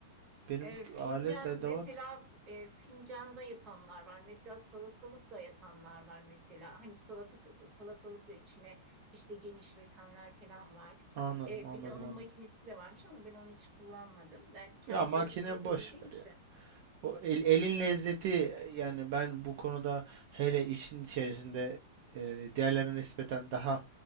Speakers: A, on the right (about 40°); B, on the right (about 20°).
A: benim
B: E, fincan
A: alet edevat
B: mesela e, fincanda yapanlar var. Mesela salatalıkla yapanlar var mesela. Hani salatalık salatalıkla içine işte genişletenler falan var.
A: anladım
B: E,
A: anladım
B: bir de onun
A: anladım.
B: makinesi de varmış ama ben onu hiç kullanmadım. Ben kendim
A: Ya makine
B: elimle yapabildiğim
A: boş ver
B: için.
A: ya. O el, elin lezzeti yani ben bu konuda hele işin içerisinde e, diğerlerine nispeten daha